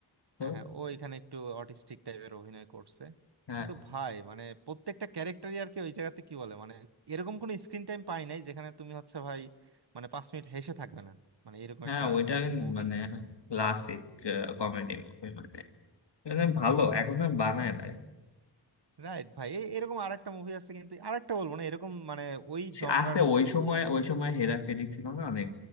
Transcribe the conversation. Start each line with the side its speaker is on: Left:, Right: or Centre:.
Left: তো
Right: হ্যাঁ
Left: হচ্ছে-
Right: হ্যাঁ ও এখানে একটু অটিস্টিক টাইপের অভিনয় করছে
Left: হ্যাঁ
Right: কিন্তু ভাই মানে প্রত্যেকটা ক্যারেক্টারই আর কি ওই জায়গাতে কি বলে মানে এরকম কোনো স্ক্রিন টাইম পাই নাই যেখানে তুমি হচ্ছে ভাই মানে পাঁচ মিনিট হেসে থাকবে না মানে এরকম
Left: হ্যাঁ
Right: একটা
Left: ওইটা আমি
Right: মুভি
Left: মানে ক্লাসিক কমেডি মুভি মানে মানে ভালো এখন আর বানায় না
Right: রাইট ভাই এ- এরকম আরেকটা মুভি আছে কিন্তু আরেকটা বলবো না এরকম মানে ওই
Left: ছি-
Right: জনরার
Left: আছে
Right: কিন্তু
Left: ওই সময় ওই সময় হেরাফেরি ছিল না অনেক